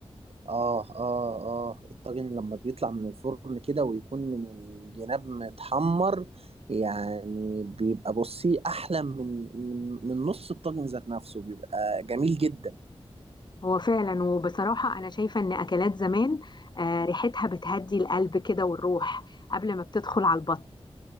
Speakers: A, on the right; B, on the left.
A: اه اه اه الطاجن لما بيطلع من الفرن كده ويكون من الجناب متحمر يعني بيبقى بصي احلى من من من نص الطاجن ذات نفسه بيبقى جميل جدا
B: هو فعلا وبصراحه انا شايفه ان اكلات زمان آه ريحتها بتهدي القلب كده والروح قبل ما بتدخل على البطن